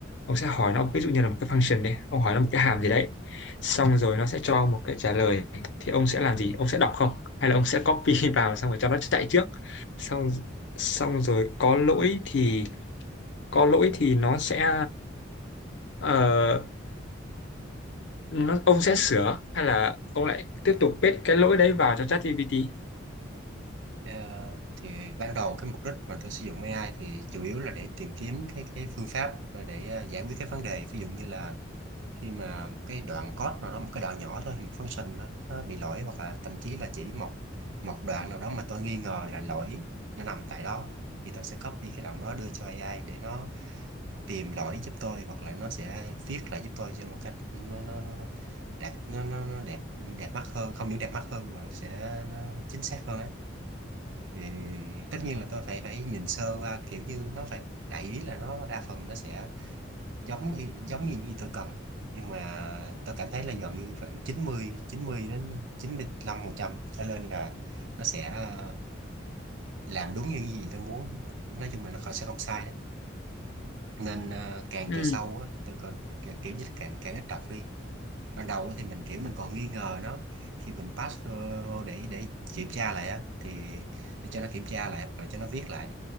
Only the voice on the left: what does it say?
ông sẽ hỏi nó ví dụ như là một cái function đi ông hỏi nó một cái hàm gì đấy xong rồi nó sẽ cho một cái trả lời thì ông sẽ làm gì ông sẽ đọc không hay là ông sẽ copy <laughs> vào xong rồi cho nó chạy trước xong xong rồi có lỗi thì có lỗi thì nó sẽ ờ, nó ông sẽ sửa hay là ông lại tiếp tục paste cái lỗi đấy vào cho ChatGPT
ừ